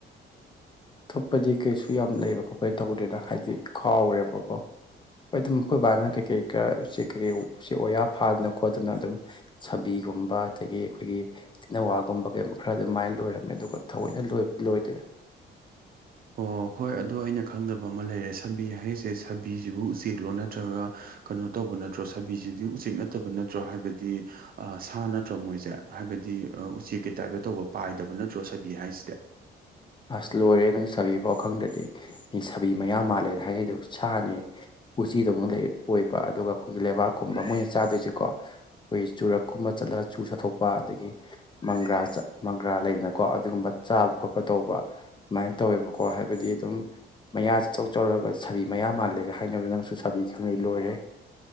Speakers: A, on the left; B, on the right.
A: ꯑꯇꯣꯞꯄꯗꯤ ꯀꯩꯁꯨ ꯌꯥꯝ ꯂꯩꯕ ꯈꯣꯠꯄ ꯇꯧꯗꯦꯅ ꯍꯥꯏꯗꯤ ꯀꯥꯎꯔꯦꯕꯀꯣ ꯍꯣꯏ ꯗꯨꯝ ꯈꯣꯏ ꯕꯥꯅ ꯀꯩꯀꯩ ꯈꯔ ꯎꯆꯦꯛ ꯀꯩꯀꯩ ꯎꯆꯦꯛ ꯋꯥꯌꯥꯥ ꯐꯥꯗꯅ ꯈꯣꯠꯇꯅ ꯑꯗꯨꯝ ꯁꯥꯕꯤꯒꯨꯝꯕ ꯑꯗꯒꯤ ꯑꯈꯣꯏꯒꯤ ꯇꯤꯅꯋꯥꯒꯨꯝꯕ ꯀꯩꯒꯨꯝꯕ ꯈꯔ ꯑꯗꯨꯃꯥꯏ ꯂꯣꯏꯔꯝꯃꯦ ꯑꯗꯨꯒ ꯊꯑꯣꯏꯅ ꯂꯣꯏ ꯂꯣꯏꯗꯦꯗ
B: ꯑꯣ ꯍꯣꯏ ꯑꯗꯣ ꯑꯩꯅ ꯈꯪꯗꯕ ꯑꯃꯥ ꯂꯩꯔꯦ ꯁꯥꯕꯤ ꯍꯥꯏꯁꯦ ꯁꯥꯕꯤꯖꯤꯕꯨ ꯎꯆꯦꯛꯂꯣ ꯅꯠꯇ꯭ꯔꯒ ꯀꯩꯅꯣ ꯇꯧꯕ ꯅꯠꯇ꯭ꯔꯣ ꯁꯥꯕꯤꯁꯤꯗꯤ ꯎꯆꯦꯛ ꯅꯠꯇꯕ ꯅꯠꯇ꯭ꯔꯣ ꯍꯥꯏꯕꯗꯤ ꯑꯥ ꯁꯥ ꯅꯠꯇ꯭ꯔꯣ ꯃꯣꯏꯁꯦ ꯍꯥꯏꯕꯗꯤ ꯎꯆꯦꯛꯀꯤ ꯇꯥꯏꯞꯇ ꯇꯧꯕ ꯄꯥꯏꯗꯕ ꯅꯠꯇ꯭ꯔꯣ ꯁꯥꯕꯤ ꯍꯥꯏꯁꯤꯗꯤ
A: ꯑꯁ ꯂꯣꯏꯔꯦꯍꯦ ꯅꯪ ꯁꯥꯕꯤ ꯐꯥꯎ ꯈꯪꯗ꯭ꯔꯗꯤ ꯃꯤ ꯁꯥꯕꯤ ꯃꯌꯥꯝ ꯃꯥꯜꯂꯦ ꯍꯥꯏꯅꯩꯗꯨ ꯁꯥꯅꯦ ꯎꯆꯤꯗꯧꯅ ꯂꯩ ꯑꯣꯏꯕ ꯑꯗꯨꯒ ꯈꯣꯏꯒꯤ ꯂꯩꯕꯥꯛꯀꯨꯝꯕ ꯃꯣꯏꯅ ꯆꯥꯗꯣꯏꯖꯦꯀꯣ ꯑꯩꯈꯣꯏ ꯆꯨꯔꯛꯀꯨꯝꯕ ꯆꯠꯂꯒ ꯆꯨ ꯆꯥꯊꯣꯛꯄ ꯑꯗꯒꯤ ꯃꯪꯒ꯭ꯔꯥ ꯆꯥ ꯃꯪꯒ꯭ꯔꯥ ꯂꯩꯗꯅꯀꯣ ꯑꯗꯨꯒꯨꯝꯕ ꯆꯥꯕ ꯈꯣꯠꯄ ꯇꯧꯕ ꯑꯗꯨꯃꯥꯏꯟ ꯇꯧꯋꯦꯕꯀꯣ ꯍꯥꯏꯕꯗꯤ ꯑꯗꯨꯝ ꯃꯌꯥꯖꯦ ꯏꯆꯧ ꯆꯧꯔꯒ ꯁꯥꯕꯤ ꯃꯌꯥ ꯃꯥꯜꯂꯦꯒ ꯍꯥꯏꯅꯕꯗꯣ ꯅꯪꯁꯨ ꯁꯥꯕꯤ ꯈꯪꯗꯩ ꯂꯣꯏꯔꯦꯍꯦ